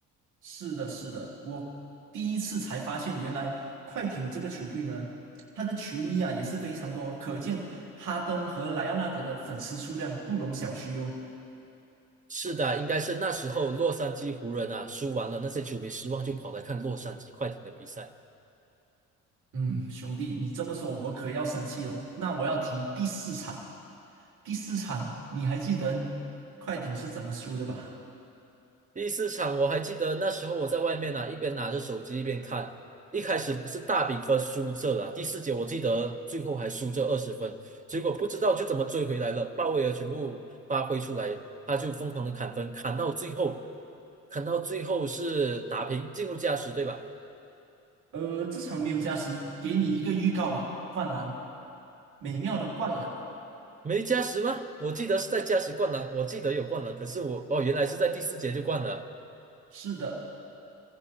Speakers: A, on the right (about 60°); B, on the right (about 20°).
A: 是的，是的，我第一次才发现，原来快艇这个球队呢，他的球迷啊也是非常多，可见哈登和莱昂纳德的粉丝数量不容小觑哦。
B: 是的，应该是那时候洛杉矶湖人啊输完了，那些球迷失望就跑来看洛杉矶快艇的比赛。
A: 嗯，兄弟，你这么说，我可要生气了。那我要提第四场，第四场你还记得快艇是怎么输的吧？
B: 第四场我还记得那时候我在外面啊，一边拿着手机一边看，一开始是大比分输这了，第四节我记得最后还输这二十分，结果不知道就怎么追回来了，鲍威尔全部发挥出来，他就疯狂的砍分，砍到最后，砍到最后是打平进入加时，对吧？
A: 呃，这场没有加时，给你一个预告吧，灌篮，美妙的灌篮。
B: 没加时吗？我记得是在加时灌篮，我记得有灌篮，可是我哦原来是在第四节就灌了。
A: 是的，